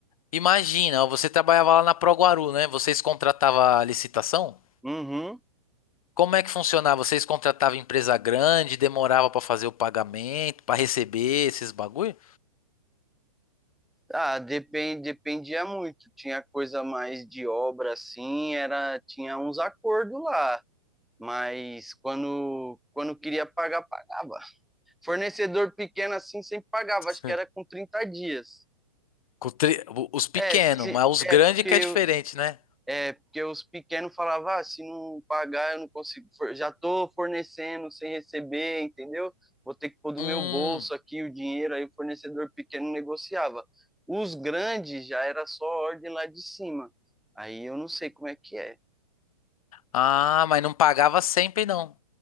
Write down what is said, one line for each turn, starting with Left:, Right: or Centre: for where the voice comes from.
Left: imagina, ó, você trabalhava lá na Proguaru, né? Vocês contratavam a licitação?
Centre: Uhum.
Left: Como é que funcionava? Vocês contratavam empresa grande, demorava pra fazer o pagamento, pra receber esses bagulho?
Centre: Ah, depend, dependia muito. Tinha coisa mais de obra, assim, era, tinha uns acordos lá. Mas quando, quando queria pagar, pagava. Fornecedor pequeno assim sempre pagava,
Left: <laughs>
Centre: acho que era com 30 dias.
Left: Com tri- o- Os pequenos,
Centre: É, se,
Left: mas os
Centre: é
Left: grandes
Centre: porque
Left: que é diferente, né?
Centre: É, porque os pequenos falavam, ah, se não pagar, eu não consigo, já tô fornecendo sem receber, entendeu? Vou ter que pôr do
Left: Hum.
Centre: meu bolso aqui o dinheiro, aí o fornecedor pequeno negociava. Os grandes já era só ordem lá de cima. Aí eu não sei como é que é.
Left: Ah, mas não pagava sempre, não.